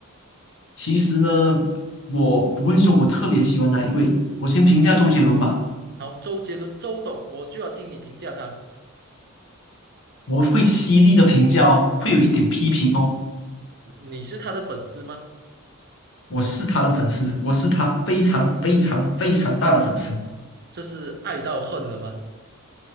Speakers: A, on the left; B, on the right.
A: 其实呢，我不会说我特别喜欢哪一位，我先评价周杰伦吧。
B: 好，周杰伦，周董，我就要听你评价他。
A: 我会犀利的评价哦，会有一点批评哦。
B: 你是他的粉丝吗？
A: 我是他的粉丝，我是他非常非常非常大的粉丝。
B: 这是爱到恨了吗？